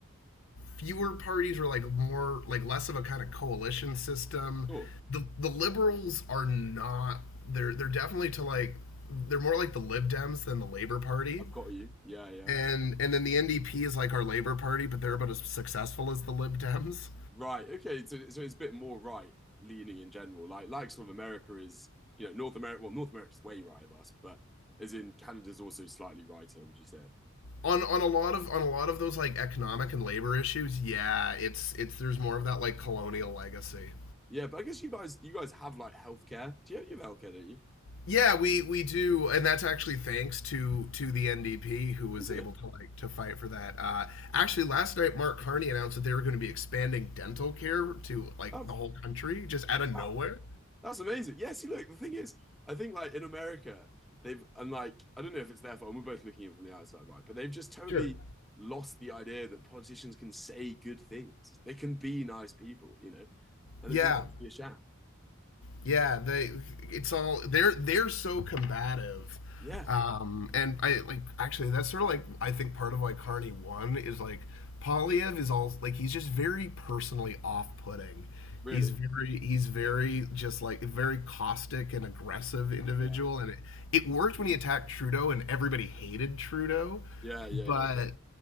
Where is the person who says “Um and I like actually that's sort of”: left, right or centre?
Left